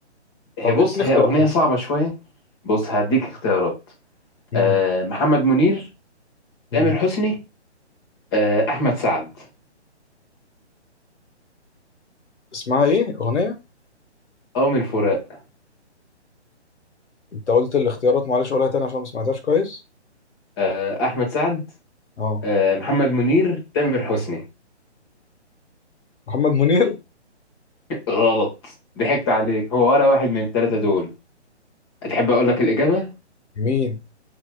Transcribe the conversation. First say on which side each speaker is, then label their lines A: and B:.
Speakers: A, on the left; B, on the left.
A: هي
B: طب
A: بص
B: إديني
A: هي
B: اختيارات
A: اغنيه صعبه شويه بص هديك اختيارات
B: مم.
A: آه محمد منير
B: مم.
A: تامر حسني آه احمد سعد
B: اسمها إيه أغنية؟
A: اه من فراق
B: انت قلت الاختيارات معلش قولها تاني عشان ما سمعتهاش كويس
A: آه احمد سعد
B: اه
A: آه محمد منير تامر حسني
B: محمد منير
A: غلط ضحكت عليك هو ولا واحد من الثلاثة دول هتحب أقول لك الإجابة؟
B: مين